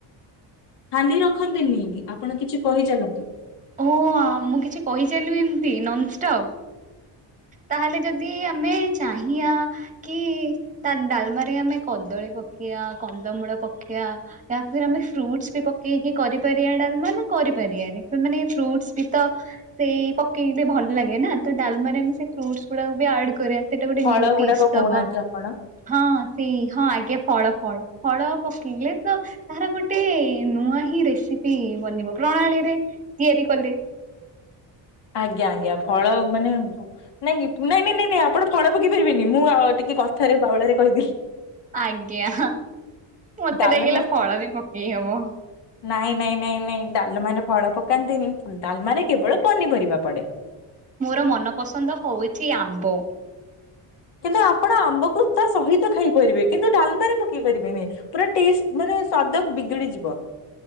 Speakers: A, on the left; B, on the right.
A: ଖାଲି ରଖନ୍ତିନି ଆପଣ କିଛି କହିଚାଲନ୍ତୁ।
B: ଓ ଆ ମୁଁ କିଛି କହିଚାଲିବି ଏମିତି ନନଷ୍ଟପ୍। ତାହେଲେ ଯଦି ଆମେ ଚାହିଁଆ କି ତା ଡାଲମାରେ ଆମେ କଦଳୀ ପକେଇବା କନ୍ଦମୂଳ ପକେଇବା। ୟ ଫର ଆମେ ଫ୍ରୁଟସ ବି ପକେଇକି କରିପାରିବା ଡାଲମା ନା କରିପାରିବାନି? ମାନେ ଫ୍ରୁଟସ ବି ତ ସେଇ ପକେଇଲେ ଭଲ ଲାଗେ ନା ତ ଡାଲମାରେ ଆମେ ସେ ଫ୍ରୁଡୁସ ଗୁଡା ବି ଆଡ କରିବା। ସେଇଟା ଗୋଟେ
A: ଫଳ
B: ନିୟୁ ଟେଷ୍ଟ
A: ଗୁଡାକ କହୁନାହାନ୍ତି
B: ଦବ।
A: ଆପଣ
B: ହଁ ସେଇ ହଁ ଆଜ୍ଞା ଫଳ ଫଳ ଫଳ ପକେଇଲେ ତ ତାର ଗୋଟେ ନୂଆ ହିଁ ରେସିପି ବନିବ ପ୍ରଣାଳୀରେ ତିଆରି କଲେ
A: ଆଜ୍ଞା ଆଜ୍ଞା ଫଳ ମାନେ ନାଇଁ ନାଇଁ ନାଇଁ ନାଇଁ ଆପଣ ଫଳ ପକେଇ ପାରିବେନି ମୁଁ ଆ ଟି କଥାରେ ବାଉଳାରେ କହିଦେଲି।
B: ଆଜ୍ଞା। ମତେ
A: ଡାଲମା
B: ଲାଗିଲା ଫଳ ବି ପକେଇ ହବ।
A: ନାଇଁ ନାଇଁ ନାଇଁ ନାଇଁ ଡାଲ ମ ଫଳ ପକାନ୍ତିନି, ଡାଲ ମାରେ କେବଳ ପନିପରିବା ପଡେ।
B: ମୋର ମନ ପସନ୍ଦ ହଉଛି ଆମ୍ବ।
A: କିନ୍ତୁ ଆପଣ ଆମ୍ବକୁ ତା ସହିତ ଖାଇପାରିବେ କିନ୍ତୁ ଡାଲମାରେ ପକେଇ ପାରିବେନି ପୁରା ଟଷ୍ଟ ମାନେ ସଵାଦ ବିଗିଡିଯିବ।